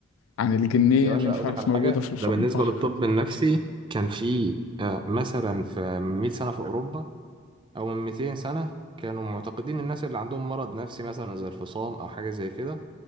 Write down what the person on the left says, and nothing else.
عن الجنية
اللي مش
عارف
موجودة
في الف-
البحر